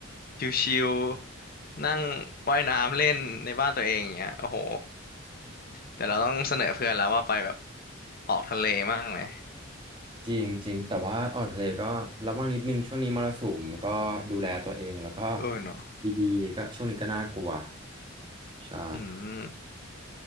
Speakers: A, on the left; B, on the right.
A: ชิลๆนั่งว่ายน้ำเล่นในบ้านตัวเองอย่างเงี้ยโอ้โหแต่เราต้องเสนอเพื่อนแล้วว่าไปแบบออกทะเลมั่งไหม
B: จริงจริงแต่ว่าออกทะเลก็ระวังนิดนึงช่วงนี้มรสุมก็ดูแลตัวเองแล้วก็
A: เออเนาะ
B: ดีๆก็ช่วงนี้ก็น่ากลัวใช่
A: อืม